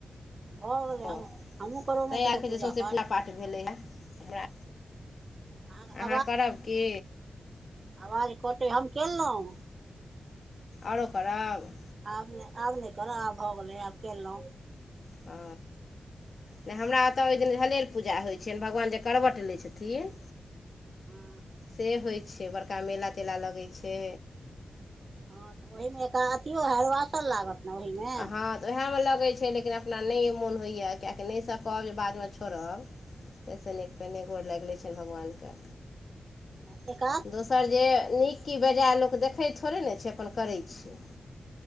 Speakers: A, on the right; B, on the left.
A: भऽ गेलै,
B: ओ
A: हमहूँ करौने
B: ताहि
A: छलहुँ
B: आरके जे
A: पूजापाठ।
B: सौँसे पूजा पाठ भेलैए हमरा
A: अहाँके
B: अहाँ करब की
A: आवाज कटैत छल, हम कहलहुँ।
B: आओरो करब
A: आब ने आब नहि कर आब भ गेलै आब केलहुँ
B: आ नहि हमरा ओतऽ ओहि दिन हले पूजा होइ छनि भगवान जे करवट लै छथिन
A: हँ
B: से होइ छै बड़का मेला तेला लगै छै
A: हँ तऽ ओहिमे एक अँठियो हरवाँसर लागत। ने ओहीमे
B: हँ तऽ उएहमे लगैत छै लेकिन अपना नहि मोन होइए किआकि नहि सकब जे बादमे छोड़ब तस न पेने गोर लागले छनि भगवान के
A: नहि एक
B: दोसर जे नीक की बेजायए लोक देखैत थोड़े ने छै अपन करैत छै